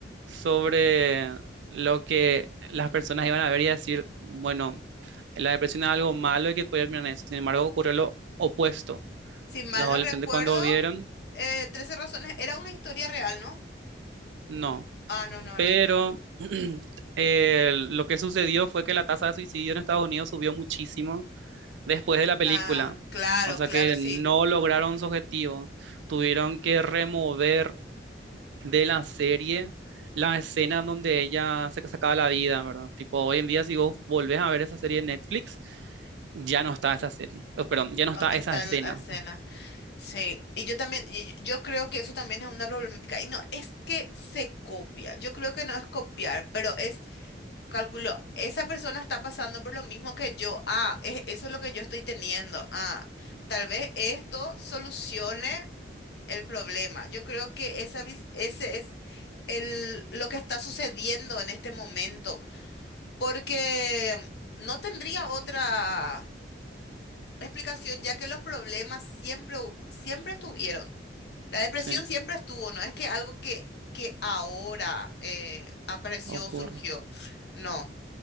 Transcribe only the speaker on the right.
sobre lo que las personas iban a ver y a decir, bueno, la depresión es algo malo y que puede terminar en eso. Sin embargo, ocurrió lo opuesto.
Los adolescentes
cuando vieron,
no.
Pero
<clears throat> eh, lo que sucedió fue que la tasa de suicidio en Estados Unidos subió muchísimo después de la película.
O sea
que
no lograron su objetivo. Tuvieron que remover de la serie la escena donde ella se sacaba la vida, ¿verdad? Tipo, hoy en día si vos volvés a ver esa serie de Netflix, ya no está esa serie. Oh, perdón, ya no
está
esa
escena.
Sí,
ocurre.